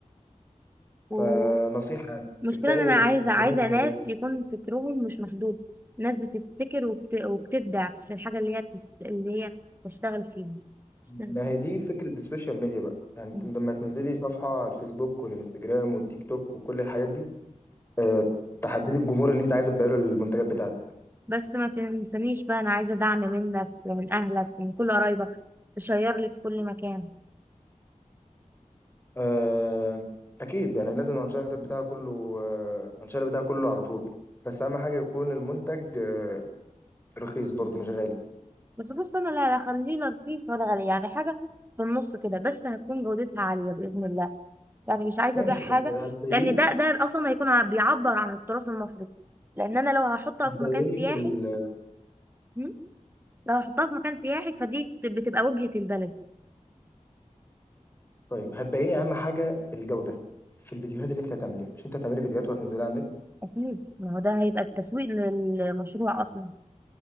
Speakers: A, on the right (about 15°); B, on the left (about 20°).
A: ومشكلة
B: فنصيحة يعني ابدأي
A: إن أنا عايزة
B: بميزانية
A: عايزة
B: صغيرة
A: ناس يكون فكرهم مش محدود ناس بتبتكر وبت... وبتبدع في الحاجة اللي هي بتست... اللي هي تشتغل فيها تشتغل
B: ما
A: فيها
B: هي دي فكرة السوشيال ميديا بقى يعني انت
A: مم.
B: لما تنزلي صفحة على الفيسبوك والانستجرام والتيك توك وكل الحاجات دي آه، تحددي الجمهور اللي انت عايز تبيعه له المنتجات بتاعتك
A: بس ما تنسانيش بقى أنا عايزة دعم منك ومن أهلك ومن كل قرايبك تشير لي في كل مكان
B: آه، اكيد يعني لازم الانشار بتاعه كله آه، الانشار بتاعه كله على طول بس اهم حاجة يكون المنتج آه، رخيص برضه مش غالي
A: بس بص أنا لا لا خليه لا رخيص ولا غالي يعني حاجة في النص كده بس هتكون جودتها عالية بإذن الله يعني مش عايزه
B: ماشي
A: ابيع حاجه
B: بس هتبيني
A: لان ده ده اصلا هيكون ع- بيعبر عن التراث المصري لان انا لو هحطها
B: هتبيني
A: في مكان سياحي
B: في ال
A: مم، لو هحطها في مكان سياحي فدي بت- بتبقى وجهة البلد
B: طيب هتبيني اهم حاجه الجوده في الفيديوهات اللي انت هتعمليها مش انت هتعملي فيديوهات وهتنزليها على النت
A: اكيد ما هو ده هيبقى التسويق للمشروع اصلا